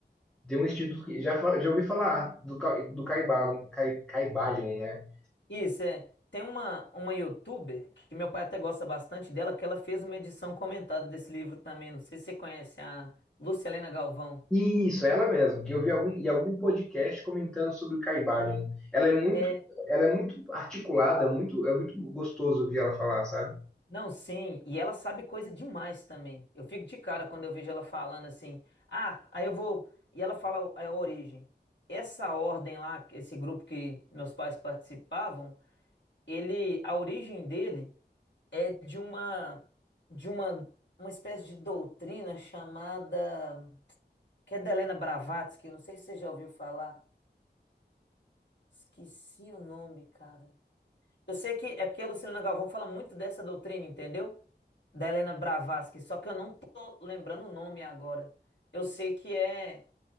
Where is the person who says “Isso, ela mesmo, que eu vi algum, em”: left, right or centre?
Centre